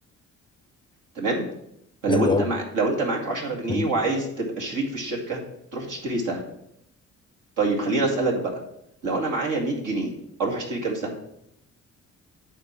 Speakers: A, on the right; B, on the left.
A: تمام فلو
B: حلو
A: انت
B: قوي
A: مع... لو انت معاك 10 جنيه
B: ماشي
A: وعايز تبقى شريك في الشركة تروح تشتري سهم طيب خليني اسألك بقى لو انا معايا 100 جنيه اروح اشتري كام سهم